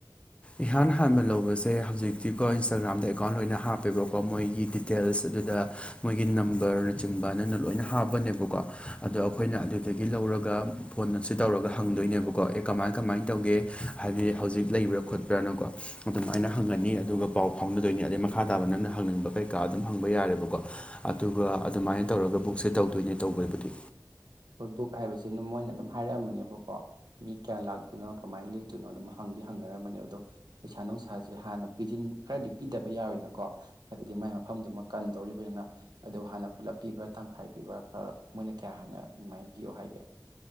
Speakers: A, on the left (about 15°); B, on the right (about 70°).
A: ꯏꯍꯥꯟ ꯍꯥꯟꯕ ꯂꯧꯕꯁꯦ ꯍꯧꯖꯤꯛꯇꯤꯀꯣ ꯏꯟꯁꯇꯥꯒ꯭ꯔꯥꯝꯗ ꯑꯦꯀꯥꯎꯟ ꯂꯣꯏꯅ ꯍꯥꯞꯄꯦꯕꯀꯣ ꯃꯣꯏꯒꯤ ꯇꯦꯜꯁ ꯑꯗꯨꯗ ꯃꯣꯏꯒꯤ ꯅꯝꯕꯔꯅꯆꯤꯡꯕ ꯅꯪꯅ ꯂꯣꯏꯅ ꯍꯥꯞꯄꯅꯦꯕꯀꯣ ꯑꯗꯣ ꯑꯩꯈꯣꯏꯅ ꯑꯗꯨꯗꯒꯤ ꯂꯧꯔꯒ ꯐꯣꯟ ꯑꯁꯤ ꯇꯧꯔꯒ ꯍꯪꯗꯣꯏꯅꯦꯕꯀꯣ ꯑꯦ ꯀꯃꯥꯏ ꯀꯃꯥꯏꯟ ꯇꯧꯒꯦ ꯍꯥꯏꯗꯤ ꯍꯧꯖꯤꯛ ꯂꯩꯕ꯭ꯔꯞ ꯈꯣꯠꯄ꯭ꯔꯥꯅꯀꯣ ꯑꯗꯨꯃꯥꯏꯅ ꯍꯪꯉꯅꯤ ꯑꯗꯨꯒ ꯄꯥꯎ ꯐꯥꯎꯅꯗꯣꯏꯅꯤ ꯑꯗꯩ ꯃꯈꯥ ꯇꯥꯕ ꯅꯪꯅ ꯍꯪꯅꯤꯡꯕ ꯀꯩ ꯀꯥ ꯑꯗꯨꯝ ꯍꯪꯕ ꯌꯥꯔꯦꯕꯀꯣ ꯑꯗꯨꯒ ꯑꯗꯨꯃꯥꯏꯟ ꯇꯧꯔꯒ ꯕꯨꯛꯁꯦ ꯇꯧꯗꯣꯏꯅꯦ ꯇꯧꯕꯩꯕꯨꯗꯤ
B: ꯍꯣꯏ ꯕꯨꯛ ꯍꯥꯏꯕꯁꯤꯅ ꯑꯗꯨꯝ ꯃꯣꯏꯅ ꯑꯗꯨꯝ ꯍꯥꯏꯔꯛꯑꯝꯃꯅꯦꯕꯀꯣ ꯃꯤ ꯀꯌꯥ ꯂꯥꯛꯇꯣꯏꯅꯣ ꯀꯃꯥꯏꯟ ꯂꯦꯛꯇꯣꯏꯅꯣ ꯑꯗꯨꯝ ꯍꯪꯗꯤ ꯍꯪꯅꯔꯝꯃꯅꯦꯕ ꯑꯗꯣ ꯄꯩꯁꯥ ꯅꯨꯡꯁꯥꯖꯦ ꯍꯥꯟꯅ ꯄꯤꯖꯤꯟ ꯈꯔꯗꯤ ꯄꯤꯗꯕ ꯌꯥꯔꯣꯏꯅꯀꯣ ꯍꯥꯏꯕꯗꯤ ꯃꯥꯏ ꯃꯐꯝꯗꯨꯃꯥ ꯀꯟꯗꯧꯔꯤꯕꯅꯤꯅ ꯑꯗꯨ ꯍꯥꯟꯅ ꯄꯨꯂꯞ ꯄꯤꯕ꯭ꯔꯥ ꯇꯪꯈꯥꯏ ꯄꯤꯕ꯭ꯔꯥ ꯈꯔ ꯃꯣꯏꯅ ꯀꯌꯥ ꯍꯥꯟꯅ ꯑꯗꯨꯃꯥꯏ ꯄꯤꯌꯨ ꯍꯥꯏꯒꯦ